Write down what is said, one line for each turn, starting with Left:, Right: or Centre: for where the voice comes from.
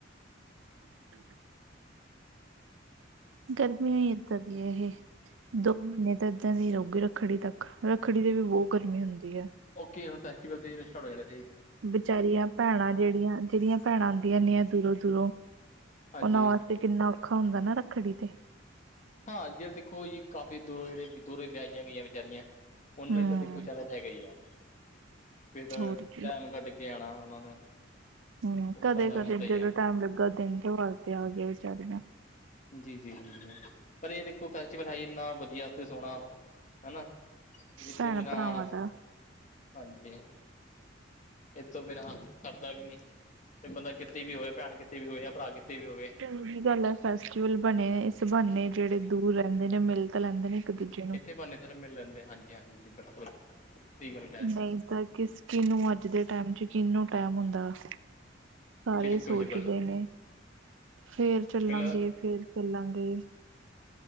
Right: <unintelligible> ਗਰਮੀ ਇਹਦਾ ਦੀਹੀ ਹੈ ਇਹ ਦੋ ਮਹੀਨੇ ਐਦਾਂ ਦੀ ਰਹੂਗੀ ਰੱਖੜੀ ਤੱਕ, ਰੱਖੜੀ ਤੇ ਵੀ ਬੋ ਗਰਮੀ ਹੁੰਦੀ ਆ।
Left: ਓਕੇ ਹੁਣ ਫੈਸਟੀਵਲ ਸੀਜ਼ਨ ਸਟਾਰਟ ਹੋ ਜਾਨੇ।
Right: ਬੀਚਾਰੀਆਂ ਭੈਣਾਂ ਜੇਡੀਆਂ-ਜੇਡੀਆਂ ਪੈਣਾ ਅੰਦੀਆ ਨੀ ਏਨੀ ਦੂਰੋਂ-ਦੂਰੋਂ
Left: ਹਾਂਜੀ
Right: ਇਨਾਂ ਵਾਸਤੇ ਕਿੰਨਾ ਔਖਾ ਹੁੰਦਾ ਨਾ ਰੱਖੜੀ ਤੇ।
Left: ਹਾਂ, ਜੇ ਦੇਖੋ ਜੀ ਕਾਫੀ ਦੂਰ ਜੇੜੇ ਦੂਰ ਵਿਆਈਆਂ ਗਈਆਂ ਵਿਚਾਰੀਆਂ। ਓਨਾਂ
Right: ਹੂੰ,
Left: ਲਈ ਤਾਂ ਦੇਖੋ ਚੈਲੇਂਜ ਹੈਗਾ ਈ ਆ ਫਿਰ ਟਾਈਮ
Right: ਹੋਰ ਕੀ।
Left: ਕੱਢ ਕੇ ਆਣਾ ਓਹਨਾ ਨੂੰ।
Right: ਹੂੰ,
Left: ਉਹ ਥੋੜਾ
Right: ਕਦੇ-ਕਦੇ
Left: ਜਿਹਾ ਹੁੰਦਾ ਹੀ
Right: ਜਦੋਂ
Left: ਹੈ
Right: ਟੈਮ ਲੱਗਾ ਦਿਨ ਤੋਂਹਾਰ ਤੇ ਆਗੇ ਵਿਚਾਰੀਆਂ।
Left: ਜੀ-ਜੀ ਪਰ ਏ ਦੇਖੋ ਫੈਸਟੀਵਲ ਹੈ ਹੀ ਇੰਨਾ ਵਧੀਆ ਤੇ ਸੋਣਾ ਹੈਨਾ। ਇਹ
Right: ਭੈਣ-ਭਰਾਵਾਂ
Left: ਤੋ ਬਿਨਾਂ
Right: ਦਾ
Left: ਹਾਂਜੀ। ਇਹ ਤੋ ਬਿਨਾਂ ਸਰਦਾ ਵੀ ਨੀ ਬੰਦਾ ਕਿੱਥੇ ਵੀ ਹੋਵੇ ਭੈਣ ਕਿੱਥੇ ਵੀ ਹੋਵੇ ਜਾਂ ਭਰਾ ਕਿੱਥੇ ਵੀ ਹੋਵੇ।
Right: ਉਹੀ ਗੱਲ ਹੈ ਫੈਸਟੀਵਲ ਬਣੇਨੇ ਇਸ ਬਾਨੇ ਜਿਹੜੇ ਦੂਰ ਰਹਿੰਦੇ ਨੇ ਮਿਲ ਤਾਂ ਲੈਂਹਿੰਦੇ ਨੇ। ਦੂਜੇ ਨੂੰ
Left: ਇਸੇ ਬੰਨੇ ਫਿਰ ਮਿਲ ਲੈਂਦੇ ਹਾਂਜੀ-ਹਾਂਜੀ, ਬਿਲਕੁਲ। ਸਹੀ ਗੱਲ ਕਹਿ
Right: ਨਹੀਂ,
Left: ਰਹੇ ਹੋ
Right: ਤਾਂ ਕਿਸੀ ਨੂੰ ਅੱਜ ਦੇ ਟਾਈਮ ਚ ਕਿਹਨੂੰ ਟਾਈਮ ਹੁੰਦਾ? ਸਾਰੇ
Left: ਬਿਲਕੁਲ
Right: ਸੋਚਦੇ
Left: ਜੀ ਬਿਲਕੁਲ
Right: ਨੇ, ਫੇਰ ਚੱਲਾਂਗੇ,
Left: ਮਿਲੋ
Right: ਫੇਰ ਚੱਲਾਂਗੇ।